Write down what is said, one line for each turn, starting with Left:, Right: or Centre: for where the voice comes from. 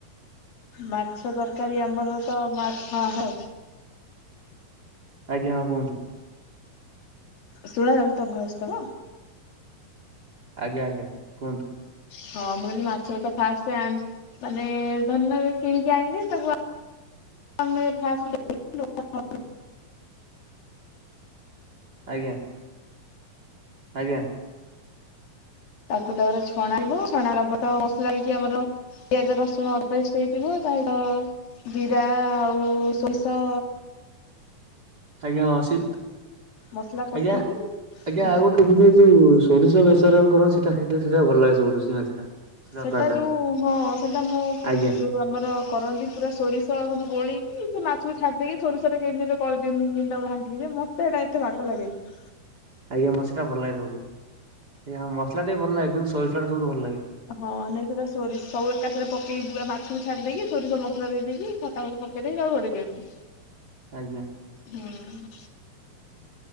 Left: ମାଛ ତରକାରୀ ଆମର ତ ମାଛ ହଁ
Right: ଆଜ୍ଞା ହଁ କୁହନ୍ତୁ।
Left: ଶୁଣାଯାଉଛି ତ ଭୟସ ତ
Right: ଆଜ୍ଞା ଆଜ୍ଞା କୁହନ୍ତୁ।
Left: ହଁ ମୁଁ କହିଲି ମାଛଟା ଫାଷ୍ଟ ମାନେ ଧରିନିଅ କିଣିକି ଆଣିଲି ତାକୁ <unintelligible>
Right: ଆଜ୍ଞା। ଆଜ୍ଞା।
Left: ତାକୁ ତାପରେ ଛଣାଇବ। ଚଣା ଲପଟ ମସଲା ହେଇକି ଆମର ପିଆଜ, ରସୁଣ ବେଷ୍ଟ ହେଇଯିବ ତାର ଜିରା ଆଉ ସୋରିଷ
Right: ଆଜ୍ଞା ସ
Left: ମସଲା କଷିକି
Right: ଆଜ୍ଞା ଆଜ୍ଞା
Left: ହଁ
Right: ଆଉ ଗୋଟେ ଦେଖିଚୁ ଯୋଉ ସୋରିଷ ବେସର କର ସେଟା ଭଲ ଲାଗେ ସୋରିଷ ମାଛଟା। ସେ ତରକାରୀ
Left: ସେଟା
Right: ଟା
Left: ଯୋଉ ହଁ ସେଟା ମୁଁ
Right: ଆଜ୍ଞା
Left: ଯୋଉ ଆମର କରନ୍ତି ପୁରା ସୋରିଷ ସବୁ ଗୋଳେଇକି ଇ ସେ ମାଛକୁ ଛାଡିଦେଇକି ସୋରିଷ କେମିତି ଗୋଟେ କରିଦିଅନ୍ତି ଗୁଣ୍ଡ ଢାଙ୍କିକି ଯେ ମତେ ଏଟା ଏତେ ବାଗ ଲାଗେନି।
Right: ଆଜ୍ଞା ମସଲା ଟା ଭଲ ଲାଗେ ସବୁଠୁ ମସଲା ଟା ବି ଭଲ ଲାଗେ କିନ୍ତୁ ସୋରିଷ ଟା ସବୁଠୁ ଭଲ ଲାଗେ।
Left: ହଁ ନାଇଁ ସେଟା ସୋରିଷ ସବୁ ଏକାଥରେ ମାଛକୁ ଛାଡି ଦେଇକି ସୋରିଷ ମସଲା ଦେଇକି ଖଟା ଗୋଟେ ପକେଇ ଦେଇକି ତାକୁ ଘୋଡେ଼ଇ ଦିଅନ୍ତି।
Right: ଆଜ୍ଞା
Left: ହୁଁ।